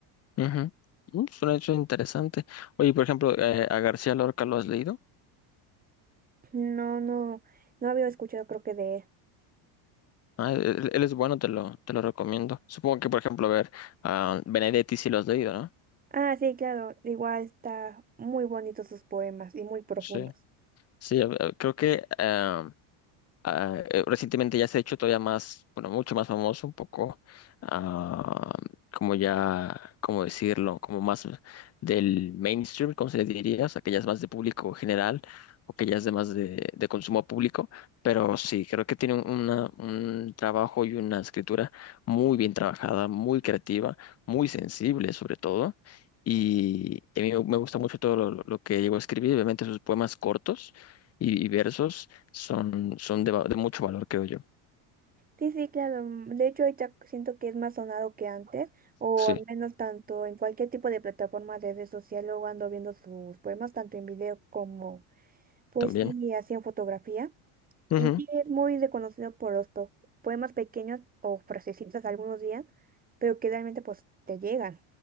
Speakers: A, on the left; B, on the right.
A: Ujú. Mm, Suena suena interesante. Oye, por ejemplo, eh, a García Lorca lo has leído.
B: No, no, no había escuchado creo que de él.
A: Ah, él, él es bueno, te lo, te lo recomiendo. Supongo que, por ejemplo, a ver, a Benedetti sí lo has leído, ¿no?
B: Ah, sí, claro, igual está muy bonitos sus poemas y muy profundos.
A: Sí. Sí, a- a- creo que eh, Ah, eh, recientemente ya se ha hecho todavía más, bueno, mucho más famoso, un poco, ah, como ya, ¿cómo decirlo? Como más del mainstream, ¿cómo se le diría, o sea, que ya es más de público general o que ya es de más de, de consumo público, pero sí, creo que tiene un- una, un trabajo y una escritura muy bien trabajada, muy creativa, muy sensible sobre todo. Y a mí me gusta mucho todo lo, lo que llegó a escribir, obviamente sus poemas cortos y y versos son, son de, va- de mucho valor, creo yo.
B: Sí, sí, claro. mm, De hecho, ahorita siento que es más sonado que antes, o
A: Sí,
B: al menos tanto en cualquier tipo de plataforma de red social, luego ando viendo sus poemas, tanto en video como pues
A: también.
B: sí, y así en fotografía.
A: Ujú,
B: Y sí, es muy reconocido por los po- poemas pequeños o frasecitas algunos días, pero que realmente pues te llegan.